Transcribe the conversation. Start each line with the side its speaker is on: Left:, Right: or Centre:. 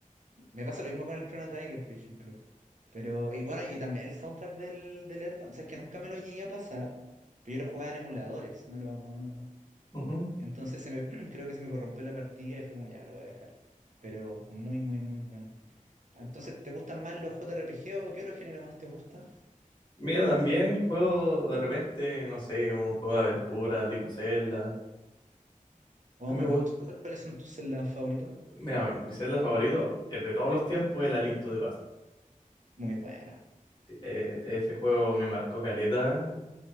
Right: Me pasa lo mismo con el Chrono Trigger, por ejemplo. Pero, y bueno, y también el soundtrack del, del Earthbound. O sea, es que nunca me lo llegué a pasar, pero yo lo jugaba en emuladores, no lo...
Left: Ujú.
Right: Entonces se me, <clears throat> creo que se me corrompió la partida y fue como, ya, lo voy a dejar. Pero muy, muy, muy bueno. Entonces, ¿te gustan más los JRPG o qué otro género más te gusta?
Left: Mira, también juego de repente, no sé, un juego de aventura tipo Zelda.
Right: Oh,
Left: También
Right: muy
Left: me
Right: bueno.
Left: gusta.
Right: ¿Cu- ¿Cuáles son tus celdas favoritos?
Left: Mira, mi Zelda favorito eh, de todos los tiempos es la Link to the Past.
Right: Muy bueno.
Left: Sí, eh, ese juego me marcó caleta.